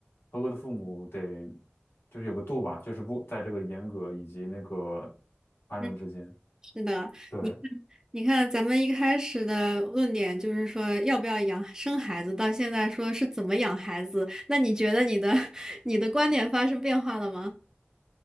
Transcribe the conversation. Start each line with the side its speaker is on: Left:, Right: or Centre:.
Left: 合格的父母得就是有个度吧，就是不在这个严格以及那个宽容之间。
Right: 嗯，是的，
Left: 对，
Right: 你看，你看，咱们一开始的论点就是说要不要养生孩子，到现在说是怎么养孩子，那你觉得你的 <laughs> 你的观点发生变化了吗？